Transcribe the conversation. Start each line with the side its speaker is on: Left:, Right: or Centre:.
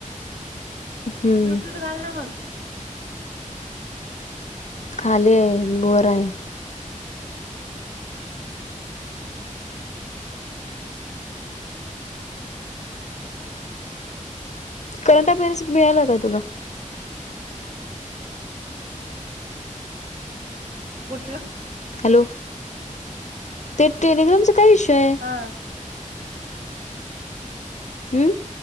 Left: हं,
Right: ब्लूटूथ घालना मग.
Left: खाली आहे मी वर आहे. करंट अफेअर्स मिळाला का तुला?
Right: कुठलं?
Left: हॅलो, ते ट्रेलिग्रामचा काय विषय आहे?
Right: हा..
Left: हम्म.